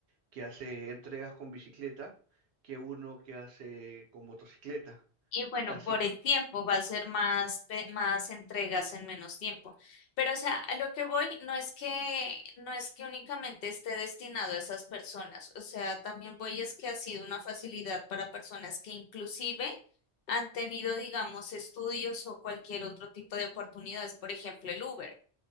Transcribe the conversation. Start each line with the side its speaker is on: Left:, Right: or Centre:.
Right: que hace entregas con bicicleta que uno que hace con motocicleta.
Left: Y bueno,
Right: Así
Left: por el tiempo va a ser más, pe- más entregas en menos tiempo. Pero, o sea, a lo que voy no es que, no es que únicamente esté destinado a esas personas. O sea, también voy es que ha sido una facilidad para personas que inclusive han tenido, digamos, estudios o cualquier otro tipo de oportunidades. Por ejemplo, el Uber.